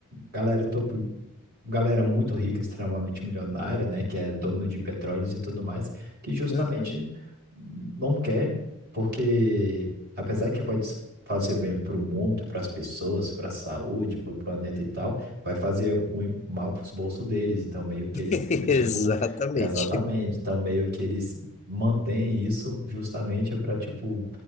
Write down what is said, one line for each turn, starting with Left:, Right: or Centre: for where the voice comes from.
Right: galera topo galera muito rica, extremamente milionária, né, que é dono de petróleos e tudo mais, que justamente
Left: Uhum.
Right: não quer, porque apesar que pode fazer bem para o mundo, para as pessoas, para a saúde, para o planeta e tal, vai fazer ruim, mal para os bolsos deles. Então meio que
Left: <laughs>
Right: eles tentam, tipo,
Left: Exatamente.
Right: exatamente, então meio que eles mantêm isso justamente para, tipo,